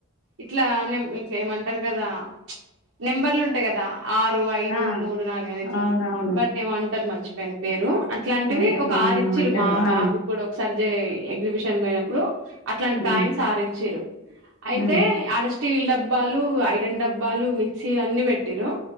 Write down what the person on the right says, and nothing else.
ఇట్లా నే ఇట్ల ఏమంటరు కదా ప్చ్, నెంబర్లు ఉంటయి కదా ఆరు, ఐదు,
మూడు, నాలుగు అని ఇట్ల.
వాటినేమో అంటరు మర్చిపోయిన పేరు. అట్లాంటివి
ఒక ఆరిచ్చిరు
మా
బాబు కూడా ఒకసారి జేయి ఎగ్జిబిషన్ పొయినప్పుడు. అట్లాంటి
కాయిన్స్ ఆరిచ్చిరు, అయితే
ఆడ స్టీల్ డబ్బాలు, ఐరన్ డబ్ బ్బాలు, మిక్సీలు అన్ని పెట్టిర్రూ,